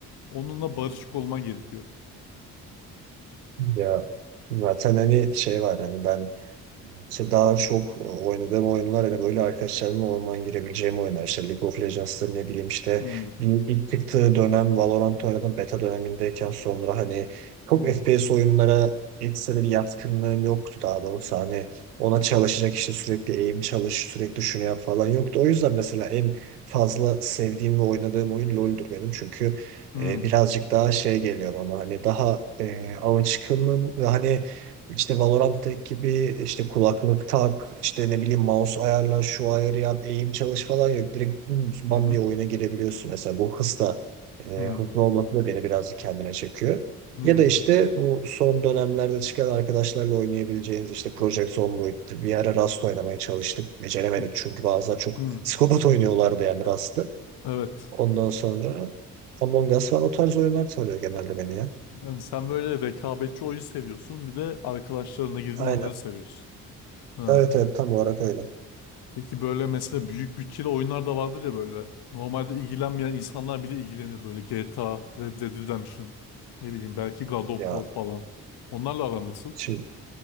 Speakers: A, on the left; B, on the right.
A: Onunla barışık olman gerekiyor.
B: Ya zaten hani şey var hani ben İşte daha çok e, oynadığım oyunlar hani böyle arkadaşlarımla orman girebileceğim oyunlar. İşte League of Legends'tır ne bileyim işte
A: Hmm,
B: bir ilk çıktığı dönem Valorant oynadım beta dönemindeyken sonra hani çok
A: hmm,
B: FPS oyunlara ekstra bir yatkınlığım yoktu daha doğrusu hani ona çalışacak işte sürekli aim çalış sürekli şunu yap falan yoktu. O yüzden mesela en fazla sevdiğim ve oynadığım oyun LoL'dur benim çünkü
A: hmm,
B: e, birazcık daha şey geliyor bana hani daha e, alışkınım ve hani işte Valorant gibi işte kulaklık tak, işte ne bileyim mouse ayarla, şu ayarı yap, eğim çalış falan yok. Direkt dümdüz
A: hı
B: bam
A: hı,
B: diye oyuna girebiliyorsun. Mesela bu hız da e,
A: hmm,
B: hızlı olması da beni birazcık kendine çekiyor.
A: hmm,
B: Ya da işte bu son dönemlerde çıkan arkadaşlarla oynayabileceğiniz işte Project Zomboid'dir. Bir ara Rust oynamaya çalıştık. Beceremedik
A: hı,
B: çünkü bazılar çok
A: hı.
B: psikopat oynuyorlardı yani Rust'ı.
A: Evet.
B: Ondan sonra Among Us falan o tarz oyunlar sarıyor genelde beni ya.
A: Yani sen böyle rekabetçi oyun seviyorsun. Bir de arkadaşlarına girdiğin
B: Aynen.
A: oyunları seviyorsun. Ha.
B: Evet evet tam olarak öyle.
A: Peki böyle mesela büyük bütçeli oyunlar da vardır ya böyle. Normalde ilgilenmeyen insanlar bile ilgilenir böyle. GTA, Red Dead Redemption, ne bileyim belki God of
B: Ya
A: War falan. Onlarla aran nasıl?
B: şimdi